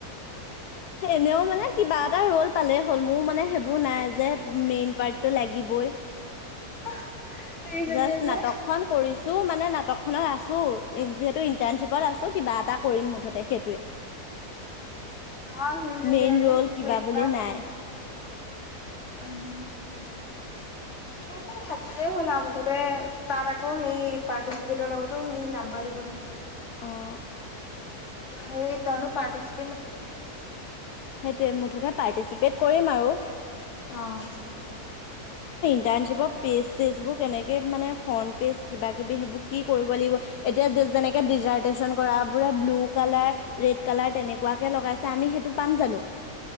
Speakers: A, on the left (about 80°); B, on the left (about 45°).
A: এনেও মানে কিবা এটা ৰল পালেই হ'ল মোৰ মানে সেইবোৰ নাই যে মেইন পাৰ্টটো লাগিব <inaudible>
B: <inaudible> সেইজনীয়ে
A: জাষ্ট
B: যে
A: নাটকখন কৰিছ চো মানে নাটকখনত আছো যিহেতু ইন্টাৰ্ণশ্বিপত আছো কিবা এটা কৰিম মুঠতে সেইটোৱে <inaudible>
B: অ শুইছিলল
A: মেইন
B: আ যে
A: ৰল কিবা
B: মেলপাত
A: বুলি নাই
B: উম সেইটো থাকিলেই হ'ল আৰু মুঠতে তাত আকৌ সেই পাৰ্টিচিপেটৰ লগতো সেই নাম্বাৰ জীৱন
A: আহ
B: হেৰি তইনো পৰ্টাইচিপেত
A: সেইটোৱে মুঠতে পাৰ্টিচিপেট কৰিম আৰু
B: আহ
A: ইণ্টাৰচিপেত পেজ চেজবোৰ কেনেকে মানে ফ্ৰণ্ট পেজ কিবা কিবি সেইবোৰ কি কৰিব লাগিব এতিয়া যেনেকে ডিজাৰ্টেচন কৰা বোৰে ব্লু কালাৰ ৰেড কালাৰ তেনেকুৱাকে লগাইছে আমি সেইটো পাম য নো